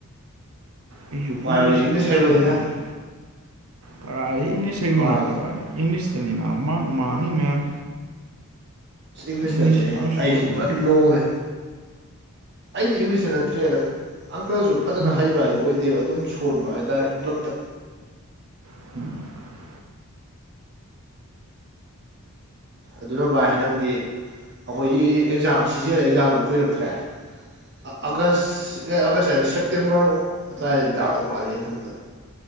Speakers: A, on the right (about 70°); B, on the right (about 50°).
A: ꯑꯩꯁꯨ
B: ꯚꯥꯏ
A: ꯏꯪꯂꯤꯁꯤ
B: ꯍꯣꯏꯗꯤ ꯏꯪꯂꯤꯁ
A: ꯀꯟꯅ
B: ꯍꯩꯕꯅꯤꯅ
A: ꯁꯣꯂꯅꯤ ꯄꯔꯥ ꯏ ꯏꯪꯂꯤ ꯏꯁꯩꯒꯣꯟꯅ
B: ꯚꯥꯏ
A: ꯏꯪꯂꯤꯁꯇꯅꯤꯅ ꯃꯥꯥꯡꯅꯤ ꯃꯌꯥꯝ
B: ꯏꯪꯂꯤꯁꯇꯗꯤ
A: ꯏꯪꯂꯤꯁ
B: ꯑꯩꯗꯤ
A: ꯌꯥꯝ ꯁꯣꯜꯂꯤꯅꯤ
B: ꯑꯩꯁꯤ ꯄꯨꯔꯗꯤ ꯂꯣꯡꯉꯦ ꯑꯩꯗꯤ ꯏꯪꯂꯤꯁꯇ ꯅꯠꯇ꯭ꯔꯦꯂ ꯑꯪꯀꯜꯁꯨ ꯐꯖꯅ
A: ꯎꯝ
B: ꯍꯩꯕ ꯍꯥꯏ ꯑꯣꯏꯗꯦꯕ ꯑꯗꯨꯝ ꯁꯣꯟꯕ ꯍꯥꯏꯇꯥꯔꯦ ꯄꯨꯂꯞꯛꯇ
A: <unintelligible>
B: ꯑꯗꯨꯅ ꯚꯥꯏ ꯍꯟꯗꯛꯇꯤ ꯑꯩꯈꯣꯏꯒꯤ ꯑꯦꯛꯖꯥꯝ ꯁꯤꯖꯤꯟꯅꯂ ꯑꯦꯛꯖꯥꯝꯁꯨ ꯀꯨꯏꯔꯛꯇ꯭ꯔꯦ ꯑꯥꯒꯁ ꯑꯥꯒꯁ ꯁꯦꯞꯇꯦꯝꯕꯔ ꯑꯗꯨꯋꯥꯏꯗꯗꯤ ꯇꯥꯛꯇꯧ ꯃꯥꯜꯂꯦ ꯑꯩꯅ ꯈꯟꯕꯗ